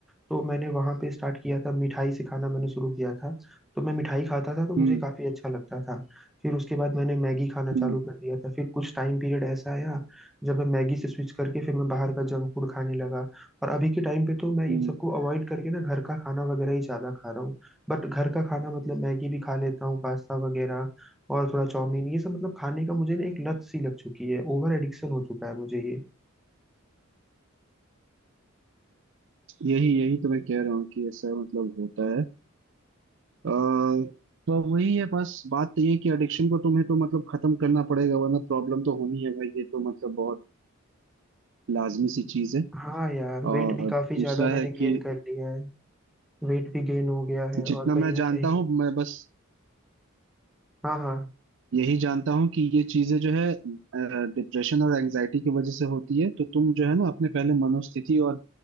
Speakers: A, in the centre; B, on the right.
A: तो मैंने वहाँ पे स्टार्ट किया था मिठाई से खाना मैंने शुरू किया था तो मैं मिठाई खाता था तो मुझे
B: हम्म
A: काफ़ी अच्छा लगता था फिर उसके बाद मैंने मैगी खाना चालू
B: हम्म
A: कर दिया था फिर कुछ टाइम पीरियड ऐसा आया जब मैं मैगी से स्विच करके फिर मैं बाहर का जंक फूड खाने लगा और अभी के टाइम पे तो मैं
B: हम्म
A: इन सबको अवॉइड करके ना घर का खाना वगैरह ही ज्यादा खा रहा हूँ बट घर का खाना मतलब मैगी भी खा लेता हूँ पास्ता वगैरह और थोड़ा चाउमीन ये सब मतलब खाने का मुझे ना एक लत सी लग चुकी है ओवर एडिक्शन हो चुका है मुझे ये
B: यही यही तो मैं कह रहा हूँ कि ऐसा मतलब होता है अ, तो वही है बस बात तो ये है कि एडिक्शन को तुम्हें तो मतलब खत्म करना पड़ेगा वरना प्रॉब्लम तो होनी है भाई ये तो मतलब बहुत लाजमी सी चीज है
A: हाँ यार वेट
B: और
A: भी काफी ज्यादा
B: दूसरा
A: मैंने
B: है
A: गेन
B: कि
A: कर लिया है वेट भी गेन हो गया है
B: जितना
A: और कहीं
B: मैं
A: ना
B: जानता
A: कहीं
B: हूँ मैं बस
A: हाँ हाँ
B: यही जानता हूँ कि ये चीजें जो है डिप्रेशन और एंजाइटी की वजह से होती है तो तुम जो है ना अपने पहले मनोस्थिति और